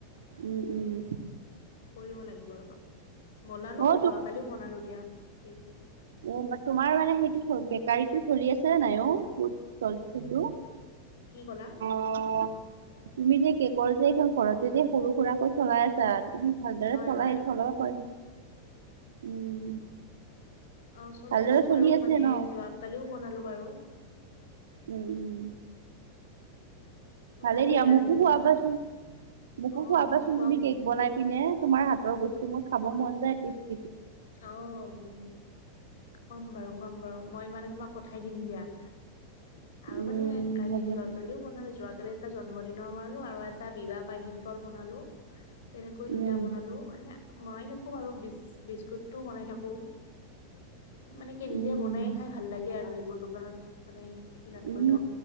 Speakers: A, on the right (about 65°); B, on the left (about 60°).
A: উম উম
B: কৰিব লাগিব ৰব বনালো
A: অ
B: যোৱাকালিও বনালো দিয়া। কি
A: উ তোমাৰ মানে সেইটো বেকাৰীটো চলি আছে নাই অ সেইটো?
B: কি কলা?
A: অ, তুমি যে কেকৰ যে এইখন ঘৰতে যে সৰু সুৰাকৈ চলাই আছ- চা তুমি ভালদৰে
B: হয়
A: চলাই
B: হয়
A: চলাব পাৰিম উম-
B: অ চলাই
A: ভালদৰে
B: আছো
A: চলি
B: বাৰু
A: আছে
B: মানে
A: ন?
B: যোৱাকালিও বনালো বাৰু।
A: উম উম। ভালে
B: ভাল লাগে
A: দিয়া
B: আৰু
A: মোকো
B: নিজৰ
A: খুৱাবাচোন মোকো
B: অ
A: খুৱাবাচোন
B: খুৱাম
A: তুমি কেক বনাই পিনে। তোমাৰ হাতৰ বস্তু মোৰ খাব মন যায় টেষ্ট-
B: অঁ উম। খোৱাম বাৰু খোৱাম বাৰু মই মানে তোমাক পঠাই দিম দিয়া। আৰু
A: উম,
B: মানে কালি
A: হ'ব
B: যোৱা
A: দিয়া।
B: কালি- ও বনালো যোৱাকালি এটা জন্মদিনৰ বনালো আৰু এটা বিবাহ বাৰ্ষিকৰ বনালো। তেনেকৈ দুটা
A: উম,
B: বনালো এনে বনাই থাকো বাৰু বিছ- বিস্কুটো বনাই থাকো মানে কি নিজে
A: উম।
B: বনাই- নাই ভাল লাগে আৰু এইবোৰ দোকানত মানে- কিনাতকৈ
A: উম,
B: ন!